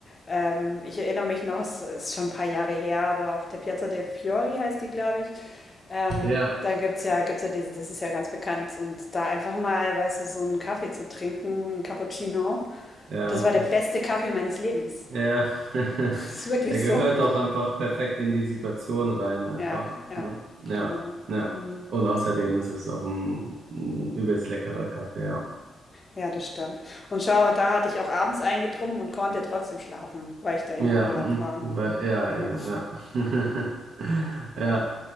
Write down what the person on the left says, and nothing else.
Ähm, ich erinnere mich noch, es ist schon ein paar Jahre her, aber auf der Piazza del Fiori heißt die, glaube ich. Ähm,
da gibt's ja, gibt's ja diese, das ist ja ganz bekannt. Und da einfach mal, weißt du, so einen Kaffee zu trinken, ein Cappuccino,
das
war der beste Kaffee meines Lebens.
<laughs>
Das ist wirklich
so.
Ja, ja,
genau.
Hm.
Ja, das stimmt. Und schau, und da hatte ich auch abends eingetrunken und konnte trotzdem schlafen, weil ich da eben
im Urlaub
war.
Genau.